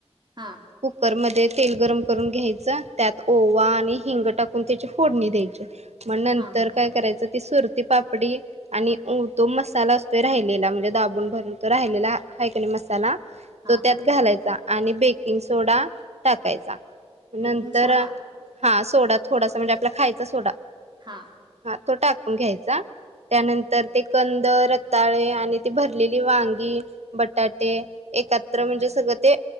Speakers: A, on the right; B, on the right.
A: हा
B: कुकरमध्ये तेल गरम करून घ्यायचं त्यात ओवा आणि हिंग टाकून त्याची फोडणी द्यायची. म नंतर
A: हा
B: काय करायचं ती सुरती पाप डी आणि उ तो मसाला असतोय राहिलेला म्हणजे दाबून भरून तो राहिलेला हयकनाय मस त्याला
A: हा
B: तो त्यात
A: हा
B: घालायचा आणि बेकिंग सोडा टाकायचा. नंतर
A: बेकिंग सोडा
B: हा सोडा थोडासा म्हणजे आपला खायचा सोडा
A: हा
B: हा तो टाकून घ्यायचा त्यानंतर ते कंद, रताळे आणि ती भरलेली वांगी, बटाट ते एकात्र म्हणजे सगळं ते